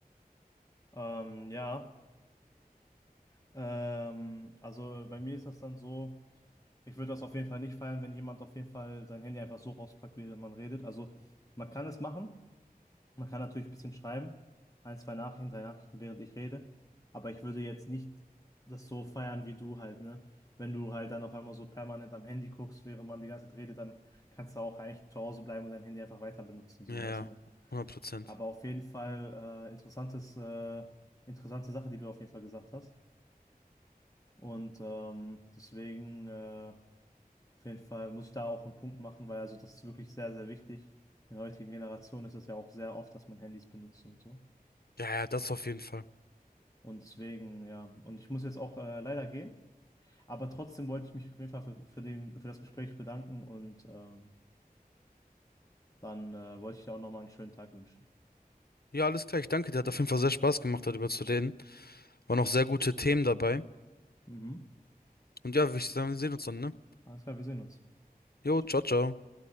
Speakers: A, on the left; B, on the left.
A: ähm, ja. Ähm, also bei mir ist das dann so, ich würde das auf jeden Fall nicht feiern, wenn jemand auf jeden Fall sein Handy einfach so rauspackt, während man redet. Also man kann es machen, man kann natürlich ein bisschen schreiben, ein, zwei Nachrichten, drei Nachrichten, während ich rede, aber ich würde jetzt nicht das so feiern wie du halt, ne? Wenn du halt dann auf einmal so permanent am Handy guckst, während man die ganze Zeit redet, dann kannst du auch eigentlich zu Hause bleiben und dein Handy einfach weiter benutzen,
B: Ja,
A: so, weißt
B: ja,
A: du, ne?
B: 100 Prozent.
A: Aber auf jeden Fall äh, interessantes, äh, interessante Sache, die du auf jeden Fall gesagt hast. Und ähm, deswegen, äh, auf jeden Fall muss ich da auch einen Punkt machen, weil also das ist wirklich sehr, sehr wichtig. In der heutigen Generation ist das ja auch sehr oft, dass man Handys benutzt und so.
B: Ja, ja, das auf jeden Fall.
A: Und deswegen, ja, und ich muss jetzt auch äh, leider gehen. Aber trotzdem wollte ich mich auf jeden Fall für, für den, für das Gespräch bedanken und ähm, dann äh, wollte ich dir auch nochmal einen schönen Tag wünschen.
B: Ja, alles klar. Ich danke dir. Hat auf jeden Fall sehr Spaß gemacht, darüber zu reden. Waren auch sehr gute Themen dabei.
A: Mhm.
B: Und ja, würde ich sagen, wir sehen uns dann, ne?
A: Alles klar, wir sehen uns.
B: Jo,
A: Ciao.
B: ciao, ciao.